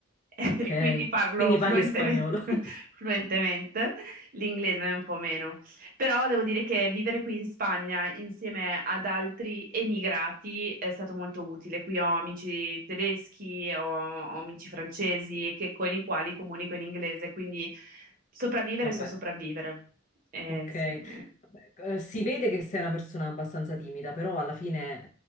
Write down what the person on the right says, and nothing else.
<laughs> e
quindi parlo
fluentemente,
<laughs> fluentemente, l'inglese è un po' meno. Però devo dire che vivere qui in Spagna insieme ad altri emigrati è stato molto utile. Qui ho amici tedeschi, ho, ho amici francesi che- con i quali comunico in inglese, quindi sopravvivere
so sopravvivere. Eh,
sì.